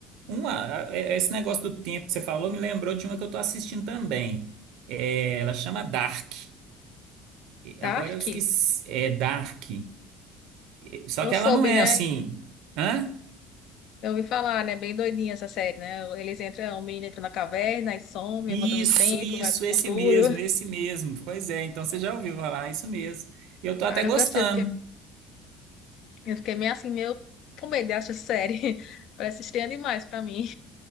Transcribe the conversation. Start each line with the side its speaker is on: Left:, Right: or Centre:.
Right: Uma, a- é- esse negócio do tempo que você falou me lembrou de uma que eu tô assistindo também. É, ela chama Dark. E
Left: Dark,
Right: Agora eu esqueci. É Dark. E- Só
Left: eu
Right: que
Left: soube,
Right: ela não é
Left: né?
Right: assim. Hã?
Left: Eu ouvi falar, né? Bem doidinha essa série, né? Eles entram, o menino entra na caverna e some,
Right: Isso,
Left: volta no tempo,
Right: isso,
Left: vai pro futuro.
Right: esse mesmo, esse mesmo. Pois é, então você já ouviu falar, isso mesmo. E eu tô até
Left: Ah, nunca
Right: gostando.
Left: assisti, eu fiquei, eu fiquei meio assim, meio com medo de achar essa série. <laughs> Parece estranha demais pra mim.